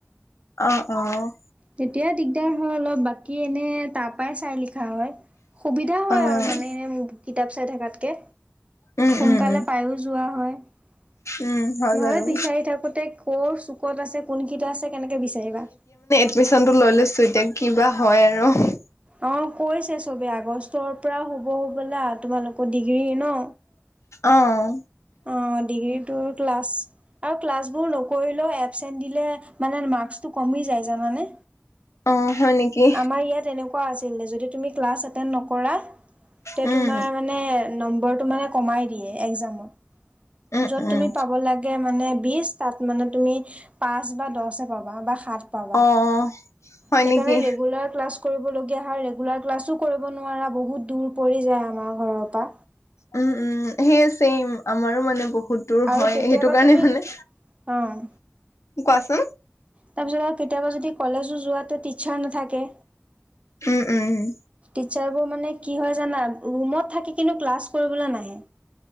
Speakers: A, on the left; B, on the right.
A: অ - অ।
B: তেতিয়া দিগদাৰ হয় অলপ বাকী এনে তাৰ পৰাই চাই লিখা হয়। সুবিধা হয়
A: অ',
B: আৰু মানে এনে কিতাপ চাই থকাতকে
A: উম,
B: সোনকালে
A: উম, উম,
B: পায়ো যোৱা হয় নহয়
A: উম, হয় বাৰু।
B: বিচাৰি থাকোতে কৰ চুকত আছে কোনকেইটা আছে কেনেকে বিচাৰিবা।
A: ডমিশনটো লৈ লৈছো এতিয়া কিবা হয় আৰু।
B: অ, কৈছে চবে আগষ্টৰ পৰা শুব হ'বলা তোমালোকৰ ডিগ্ৰী ন।
A: অ',
B: অ, ডিগ্ৰীটোৰ আৰু ক্লা নকৰিলেও এবছেন্ত দিলে মানে মাৰ্ক্সটো কমি যায় জানা নে?
A: অ', হয় নেকি?
B: আমাৰ ইয়াত এনেকুৱা আছিলে যদি তুমি ক্লাছ এটটেণ্ড নকৰা তে
A: উম,
B: তোমাৰ মানে নম্বৰটো মানে কমাই দিয়ে এক্সামত
A: উম,
B: যত
A: উম,
B: তুমি পাব লাগে মানে বি তাত মানে তুমি পাচ বা দহ অ, বা - বা সাত পাবা
A: অ', হয়
B: সেইকৰনে
A: নেকি?
B: ৰেগুলাৰ ক্লাছ কৰিবলগীয়া হয় ৰেগুলাৰ ক্লাছো কৰিব নোৱাৰা বহুত দূৰ পৰি যায় আমাৰ ঘৰৰ পৰা
A: উম - উম সেয়ে ছেম আমাৰো মানে বহুত সুতৰ
B: আৰু
A: হয়
B: কেতিয়াবা
A: সেইটো কাৰণে
B: তুমি
A: মানে
B: অ'
A: কোৱাচোন
B: তাৰপিছত আৰু কেতিয়াবা যদি কলেজো যোৱাতে টিচাৰ নাথাকে।
A: উম - উম - উম।
B: টিচাৰবোৰ মানে কি হয় জানা ৰুমত থাকি কিন্তু ক্লাছ কৰিবলৈ নাহে।